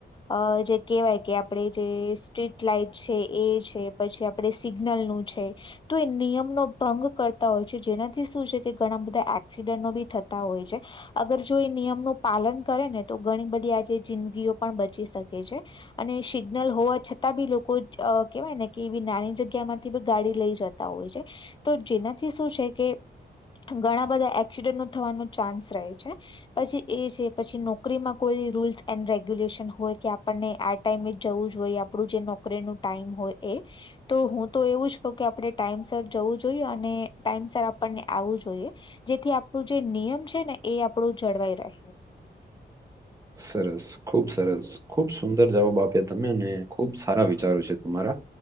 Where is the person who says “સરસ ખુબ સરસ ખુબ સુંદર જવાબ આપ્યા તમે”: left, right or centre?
Right